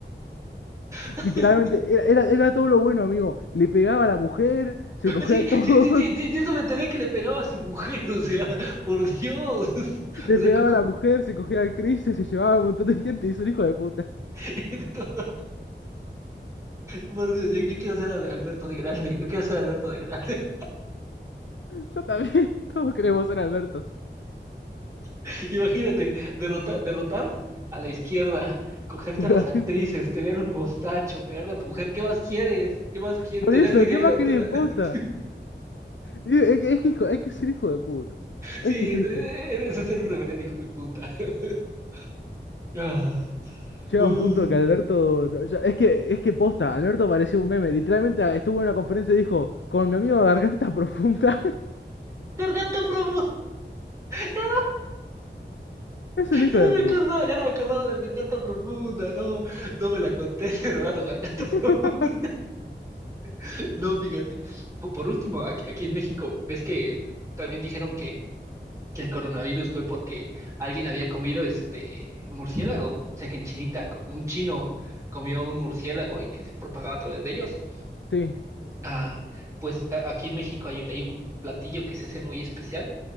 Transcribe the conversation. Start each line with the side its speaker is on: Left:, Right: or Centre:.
Right: <laughs>
Left: Literalmente, era, era, era todo lo bueno, amigo. Le pegaba a la mujer, se cogía
Right: sí,
Left: a todos,
Right: sí, sí, sí, sí, de eso me enteré que le pegaba a su mujer, <laughs> o sea, por Dios, <laughs>
Left: <laughs> le
Right: o sea,
Left: pegaba
Right: cu- cu-
Left: a la mujer, se cogía a actrices, se llevaba a un montón de gente y es un hijo de puta.
Right: <laughs> Por Dios, yo, yo quiero ser Al- Alberto de grande, yo quiero ser Alberto de grande.
Left: Yo también. <laughs> Todos queremos ser Albertos.
Right: <laughs> Imagínate, derrotar, derrotar a la izquierda, cogerte
Left: Por
Right: a las
Left: adentro.
Right: actrices, tener un mostacho, pegarle a tu mujer, ¿qué más quieres? ¿Qué más quieres?
Left: Por
Right: Tener
Left: eso,
Right: dinero,
Left: ¿qué más querés,
Right: tener... <laughs>
Left: posta? Y eh, Es que, es que hijo- hay que ser hijo de puta.
Right: Sí,
Left: Hay que ser
Right: ese
Left: hijo de...
Right: es, es- es ser un reverendo hijo de puta. <laughs> Ah,
Left: Llega
Right: uh.
Left: un punto que Alberto... no, ya- es que, es que posta, Alberto parecía un meme. Literalmente ah, estuvo en una conferencia y dijo, con mi amigo Garganta Profunda. <laughs>
Right: Garganta profunda, <laughs>
Left: Es un hijo
Right: ya
Left: de
Right: no me
Left: puta.
Right: acordaba, ya no me acordaba del garganta profunda, no, no me la conté, <laughs> hermano, garganta
Left: <laughs>
Right: profunda. <laughs> No, fíjate. Por, por último, aquí, aquí en México, ves que también dijeron que el coronavirus fue porque alguien había comido este murciélago, o sea que en Chinita co- un chino comió un murciélago y que se propagaba a través de ellos.
Left: Sí,
Right: Ah, pues a- aquí en México hay, hay un platillo que se hace muy especial.